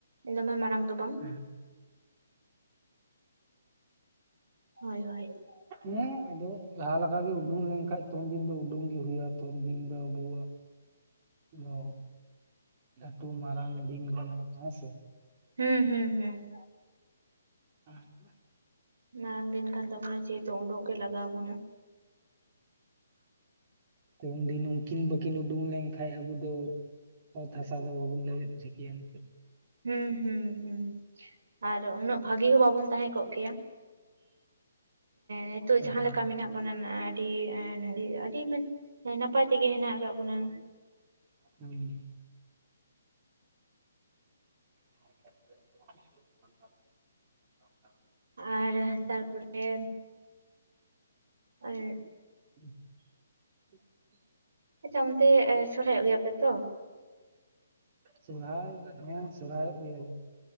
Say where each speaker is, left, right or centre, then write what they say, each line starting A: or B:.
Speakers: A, on the right; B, on the right.
A: ᱫᱚᱢᱮ ᱢᱟᱲᱟᱝ ᱫᱚ ᱵᱟᱝ
B: ᱦᱮᱸ
A: ᱦᱳᱭ ᱦᱳᱭ
B: ᱦᱮᱸ ᱟᱫᱚ ᱡᱟᱦᱟᱸ ᱞᱮᱠᱟᱜᱮ ᱩᱰᱩᱝ ᱞᱮᱱᱠᱷᱟᱱ ᱛᱚ ᱩᱱᱫᱤᱱ ᱫᱚ ᱩᱰᱩᱝ ᱜᱤ ᱦᱩᱭᱩᱜᱼᱟ ᱛᱚ ᱩᱱᱫᱤᱱ ᱫᱚ ᱟᱵᱚᱣᱟᱜ ᱫᱚ ᱞᱟᱹᱴᱷᱩ ᱢᱟᱨᱟᱝ ᱫᱤᱱ ᱠᱟᱱᱟ ᱦᱮᱸᱥᱮ
A: ᱦᱩᱸ ᱦᱩᱸ ᱦᱩᱸ
B: <unintelligible>
A: ᱢᱟᱨᱟᱝ ᱫᱤᱱ ᱠᱟᱱ ᱛᱟᱵᱚᱱᱟ ᱡᱮᱦᱮᱛᱩ ᱩᱰᱩᱩᱜ ᱜᱮ ᱞᱟᱜᱟᱣ ᱟᱵᱚᱱᱟ ᱾
B: ᱩᱱᱫᱤᱱ ᱱᱝᱠᱤᱱ ᱵᱟᱹᱠᱤᱱ ᱩᱰᱩᱠ ᱞᱮᱱᱠᱷᱟᱡ ᱟᱵᱚ ᱫᱚ ᱚᱛ ᱦᱟᱥᱟ ᱫᱚ ᱵᱟᱵᱚᱱ ᱞᱮᱵᱮᱫ ᱠᱮᱭᱟ ᱱᱤᱛᱜ
A: ᱦᱩᱸ ᱦᱩᱸ ᱦᱩᱸ ᱟᱨ ᱩᱱᱟᱹᱜ ᱵᱷᱟᱜᱤ ᱦᱚᱸ ᱵᱟᱵᱚᱱ ᱛᱟᱦᱮᱸ ᱠᱚᱜ ᱠᱮᱭᱟ ᱾ ᱱᱤᱛᱚᱜ
B: ᱚᱱᱠᱟᱱ
A: ᱡᱟᱦᱟᱸ ᱞᱮᱠᱟ ᱢᱮᱱᱟᱜᱼᱟ ᱢᱚᱱᱟ ᱟᱹᱰᱤ ᱟᱹᱰᱤ ᱱᱟᱯᱟᱭ ᱛᱮᱜᱮ ᱦᱮᱱᱟᱜ ᱟᱠᱟᱫ ᱵᱚᱱᱟ ᱾
B: ᱦᱮᱸ <unintelligible>
A: ᱟᱨ ᱛᱟᱨᱯᱚᱨᱮ ᱟᱨ
B: <unintelligible>
A: ᱟᱪᱪᱷᱟ ᱚᱱᱛᱮ ᱥᱚᱨᱦᱟᱭᱚᱜ ᱜᱮᱭᱟᱯᱮ ᱛᱚ?
B: ᱥᱚᱨᱦᱟᱭ ᱦᱮᱸ ᱥᱚᱨᱦᱟᱭᱚᱜ ᱜᱮᱭᱟ ᱞᱮ ᱾